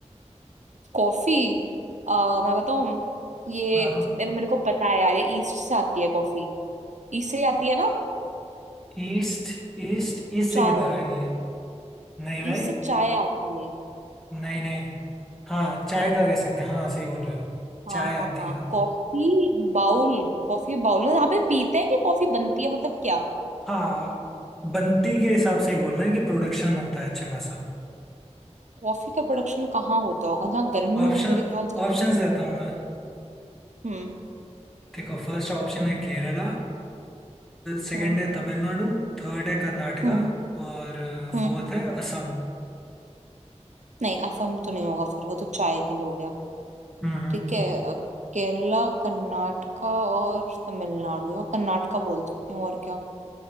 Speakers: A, on the right; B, in the centre.
A: कॉफी आ, मैं बताऊं ये
B: हाँ
A: मेरे मेरे को पता है यार ये ईस्ट से आती है कॉफी ईस्ट से ही आती है ना
B: ईस्ट ईस्ट ईस्ट
A: चाय
B: से किधर आई है नहीं भाई
A: ईस्ट से चाय आती है
B: नहीं नहीं हाँ चाय का कह सकते हैं हाँ सही बोल रहे हो
A: हाँ
B: चाय
A: हाँ
B: आती
A: हाँ
B: है
A: कॉफी बाउल कॉफी बाउल यहाँ पे पीते हैं कि कॉफी बनती है मतलब क्या
B: हाँ बनती के हिसाब से ही बोल रहे हैं कि प्रोडक्शन होता है अच्छा खासा
A: कॉफी का प्रोडक्शन कहाँ होता होगा जहाँ गर्मी होगी
B: ऑप्शन
A: मेरे ख्याल से तो
B: ऑप्शंस देता हूँ मैं
A: हम्म
B: देखो फर्स्ट ऑप्शन है केरला सेकंड
A: हम्म
B: है तमिलनाडु थर्ड है कर्नाटका
A: हम्म
B: और
A: हम्म
B: फोर्थ है असम
A: नहीं असम तो नहीं होगा फिर वो तो चाय के लिए हो गया
B: हम्म हम्म,
A: ठीक है अ, केरला कर्नाटका और तमिलनाडु मैं कर्नाटका बोल देती हूँ और क्या